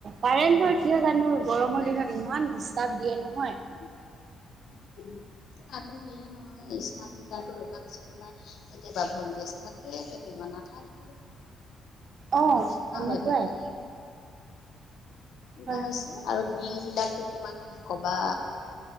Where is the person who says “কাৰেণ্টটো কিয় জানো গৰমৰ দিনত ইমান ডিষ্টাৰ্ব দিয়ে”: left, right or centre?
Right